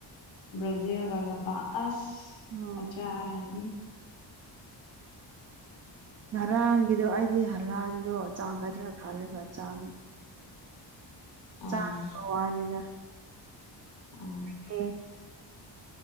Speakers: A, on the left (about 75°); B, on the right (about 35°).
A: ꯕ꯭ꯔꯖꯤꯜꯒꯗꯁꯆꯔꯅꯤ
B: ꯑꯣ ꯉꯔꯥꯡꯒꯤꯗꯣ ꯑꯩꯗꯤ ꯍꯂꯥꯟꯗꯣ ꯆꯥꯡꯒꯗ꯭ꯔꯥ ꯈꯜꯂꯒ ꯆꯥꯡ
A: ꯑꯥ
B: ꯆꯥꯡ ꯀ ꯋꯥꯅꯤꯗ
A: ꯑꯥ
B: ꯍ